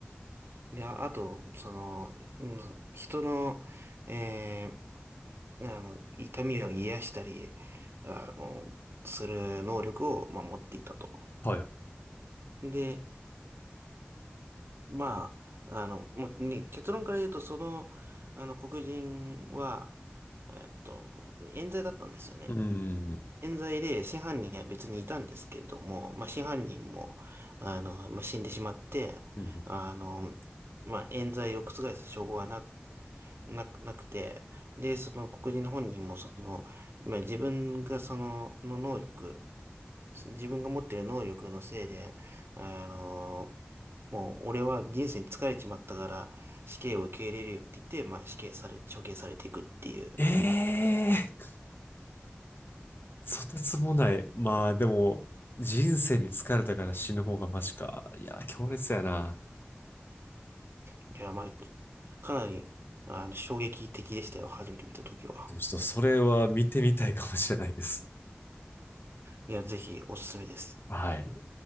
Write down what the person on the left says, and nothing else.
はい。
うん。
うん
ええーとてつもない。まあでも、人生に疲れたから死ぬ方がマシか。いや、強烈やな。
でもちょっとそれは見てみたいかもしれないです。
はい。